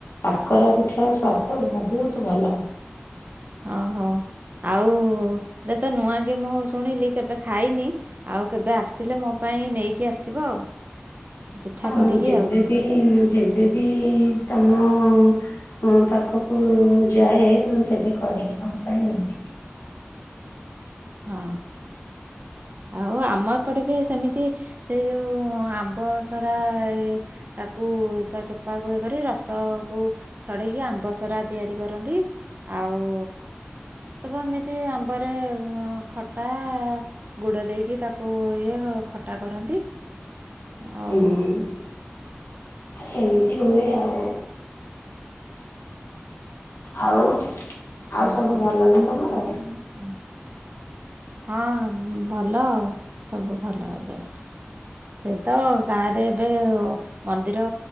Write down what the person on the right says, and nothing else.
ଓହୋ, ଆଉ ଏଇଟାତ ନୂଆ କି ମୁଁ ଶୁଣିଲି କେବେ ଖାଇନି। ଆଉ କେବେ ଆସିଲେ ମୋ ପାଇଁ ନେଇକି ଆସିବ ଆଉ। ପିଠା
କରିକି
ଆଉ
ହଁ ଆଉ ଆମ ଏପଟେ ବି ସେମିତି ସେଇ ଯୋଉ ଆମ୍ବସରା ତାକୁ ତା ଚୋପାକୁ ଇଏ କରି ରସକୁ ଛଡେଇକି ଆମ୍ବ ସରା ତିଆରି କରନ୍ତି ଆଉ ସବୁ ଏମିତି ଆମ୍ବରେ ଖଟା ଗୁଡ ଦେଇକି ତାକୁ ଇଏ ଖଟା କରନ୍ତି। ଆଉ
<unintelligible>
ହଁ ଭଲ ଆଉ, ସବୁ ଭଲ ଏବେ। ସେ ତ ଗାଁରେ ଏବେ ମନ୍ଦିର